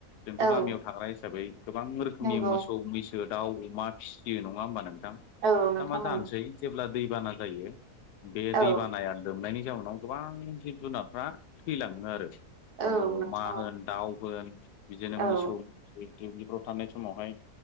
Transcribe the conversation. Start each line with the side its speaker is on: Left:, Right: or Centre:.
Left: जोंथ
Right: औ
Left: गामियाव थाग्रा हिसाबै गोबां रोखोमनि
Right: नंगौ
Left: मोसौ मैसो बो दाउ अमा फिसियो नङा होमबा नोंथां
Right: औ नोंथां
Left: दा मा
Right: नंगौ
Left: जानसै जेब्ला दैबाना जायो बे
Right: औ
Left: दै बानाया लोमनायनि जाउनाव गोबां जिब जुनारफ्रा थैलाङो आरो
Right: औ
Left: नोङो
Right: नोंथां
Left: अमा होन दाउ होन बिदिनो
Right: औ
Left: मोसौ बे दुब्लिफ्राव थानाय समावहाय